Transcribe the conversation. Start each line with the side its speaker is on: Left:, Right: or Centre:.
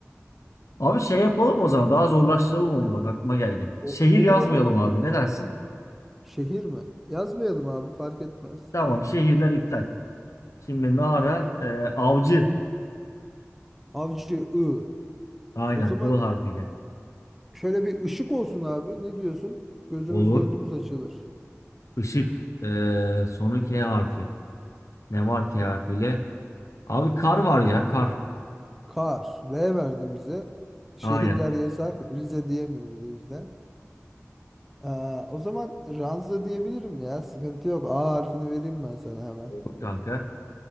Left: Abi şey yapalım o zaman. Daha zorlaştıralım oyunu bak aklıma geldi.
Centre: O-
Left: Şehir
Centre: olur
Left: yazmayalım
Centre: olur.
Left: abi. Ne dersin?
Centre: Şehir mi? Yazmayalım abi fark etmez.
Left: Tamam şehirler iptal. Şimdi Nara e, avcı.
Centre: Avcı I.
Left: Aynen
Centre: O zaman
Left: I harfiyle.
Centre: şöyle bir ışık olsun abi. Ne diyorsun? Gözümüz
Left: Olur.
Centre: gönlümüz açılır.
Left: Işık. E, sonu K harfi. Ne var K harfiyle? Abi kar var ya kar.
Centre: Kar. R verdin bize. Şehirler
Left: Aynen.
Centre: yasak. Rize diyemiyoruz o yüzden. Aa, o zaman Ranza diyebilirim ya. Sıkıntı yok. A harfini vereyim ben sana hemen.
Left: Olur kanka.